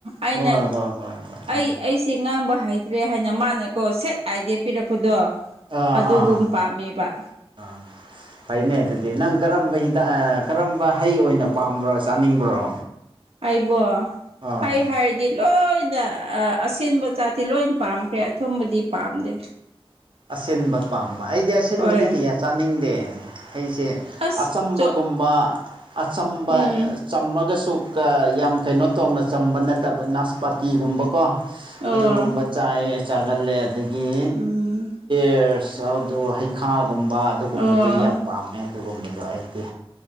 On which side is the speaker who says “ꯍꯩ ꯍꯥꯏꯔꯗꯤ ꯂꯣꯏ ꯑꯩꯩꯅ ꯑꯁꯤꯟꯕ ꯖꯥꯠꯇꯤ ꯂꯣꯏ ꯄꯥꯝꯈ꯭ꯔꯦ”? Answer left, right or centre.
Right